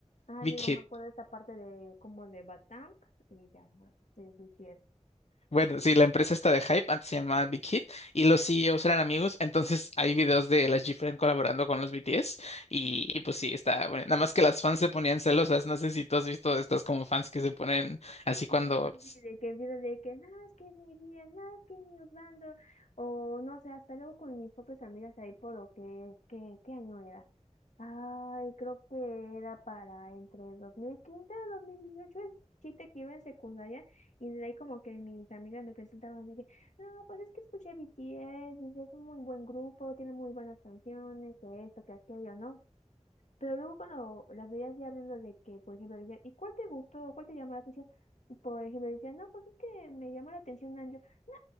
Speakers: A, on the left; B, on the left.
A: Ah,
B: Big
A: digo,
B: Hit.
A: me acuerdo de esa parte de como de Batang y ya, no, sí, BTS.
B: Bueno, sí, la empresa está de Hype, antes se llamaba Big Hit, y los CEOs eran amigos, entonces hay videos de las GFriend colaborando con los BTS, y, y pues sí, está, bueno, nada más que las fans se ponían celosas, no sé si tú has visto estas como fans que se ponen así cuando...
A: Sí, sí, sí, de que viene de que, no, es que mi vida, no, es que mi bando, o no sé, hasta luego con mis propias amigas ahí por lo que, que, ¿qué año era? Ay, creo que era para entre 2015 y 2018, el chiste que iba en secundaria, y de ahí como que mis amigas me presentaban de que, no, pues es que escuché BTS, y es un muy buen grupo, tiene muy buenas canciones, que esto, que aquello, ¿no? Pero luego cuando las veías ya hablando de que, por ejemplo, decían, ¿y cuál te gustó? ¿Cuál te llamó la atención? Por ejemplo, decían, no, pues es que me llamó la atención Angio. No,